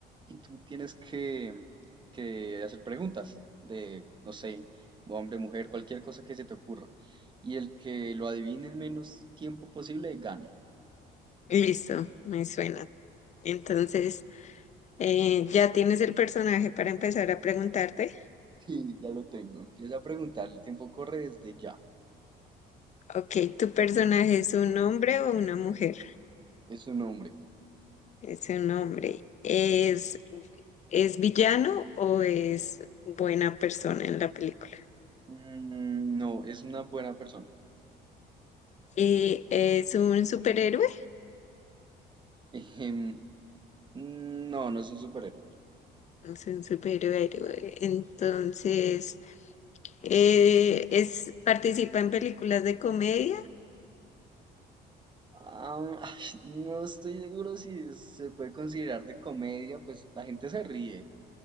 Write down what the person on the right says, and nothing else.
y tú tienes que, que hacer preguntas de, no sé, hombre, mujer, cualquier cosa que se te ocurra. Y el que lo adivine en menos tiempo posible gana.
Sí, ya lo tengo. Empieza a preguntar. El tiempo corre desde ya.
Es un hombre.
Mm, no, es una buena persona.
Ejem, mm, no, no es un superhéroe. No.
Ah, ay, no estoy seguro si se puede considerar de comedia, pues la gente se ríe,